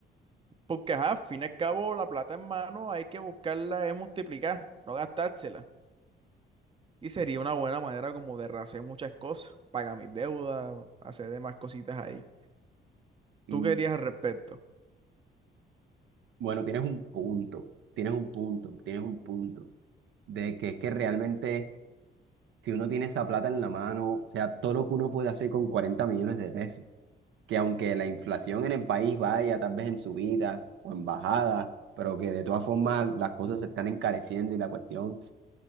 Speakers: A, on the right; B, on the right.
A: Porque, ajá, al fin y al cabo, la plata en mano hay que buscarla, es multiplicar, no gastársela. Y sería una buena manera como de rehacer muchas cosas, pagar mis deudas, hacer demás cositas ahí.
B: Mm,
A: ¿Tú querías al respecto?
B: Bueno, tienes un punto, tienes un punto, tienes un punto. de que es que realmente si uno tiene esa plata en la mano, o sea, todo lo que uno puede hacer con 40 millones de pesos, que aunque la inflación en el país vaya tal vez en subida o en bajada, pero que de todas formas las cosas se están encareciendo y la cuestión,